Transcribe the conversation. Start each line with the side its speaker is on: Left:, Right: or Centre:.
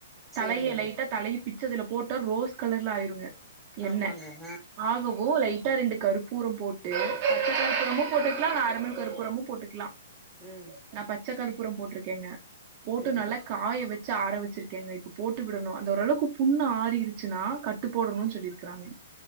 Right: தலைய
Centre: சரிங்க.
Right: லைட்டா தலைய பிச்சு அதுல போட்ட ரோஸ் கலர்ல ஆயிருங்க எண்ண
Centre: ஆமாங்க. ஆ.
Right: ஆகவோ லைட்டா ரெண்டு கருப்பூரம் போட்டு பச்ச கருப்பூரமும் போட்டுக்கலா நார்மல் கருப் பூரமு போட்டுக்கலா
Centre: ம்
Right: நா பச்சக்கற்பூர போட்டிருக்கேங்க போட்டு
Centre: ம்.
Right: நல்லா காய வச்சு ஆர வச்சிருக்கேங்க இப்ப போட்டு விடணு அந்த ஓரளவுக்கு புண்ணு ஆறிருச்சுன்னா கட் ட்டு போடணு சொல்லியிருக்கிறாங்க